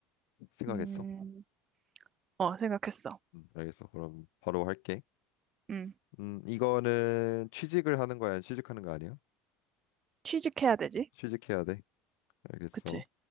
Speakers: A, on the left; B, on the right.
A: 생각했어?
B: 음, 어, 생각했어.
A: 음, 알겠어. 그럼 바로 할게.
B: 음,
A: 음, 이거는 취직을 하는 거야, 아니면 취직하는 거 아니야?
B: 취직해야 되지?
A: 취직해야 돼. 알겠어.
B: 그치?